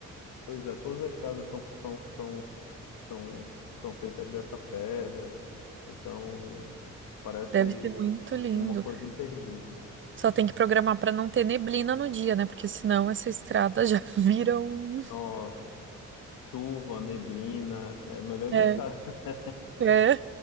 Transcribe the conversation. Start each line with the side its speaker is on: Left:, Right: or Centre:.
Left: Pois é, todas as casas são, são, são são, são feitas dessa pedra. Então, parece
Right: Deve ser muito lindo.
Left: uma coisa imperdível.
Right: Só tem que programar pra não ter neblina no dia, né? Porque senão essa estrada já <laughs> vira um.
Left: Nossa, chuva, neblina, é melhor
Right: É,
Left: evitar. <laughs>
Right: é.